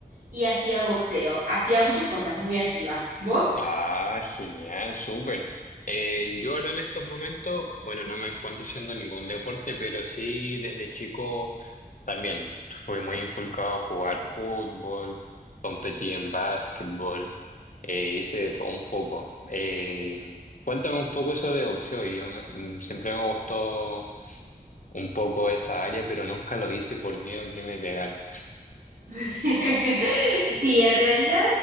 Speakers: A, on the right (about 65°); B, on the left (about 55°).
A: y hacía boxeo. Hacía muchas cosas muy activas. ¿Vos?
B: Ah, genial, súper. Eh, yo ahora en estos momentos, bueno, no me encuentro haciendo ningún deporte, pero sí desde chico también fui muy inculcado a jugar fútbol, competí en básquetbol, eh, hice de todo un poco. Eh, cuéntame un poco eso de boxeo. Yo me- mm, siempre me gustó un poco esa área, pero nunca lo hice por miedo a que me pegaran.
A: <laughs> Sí, en realidad,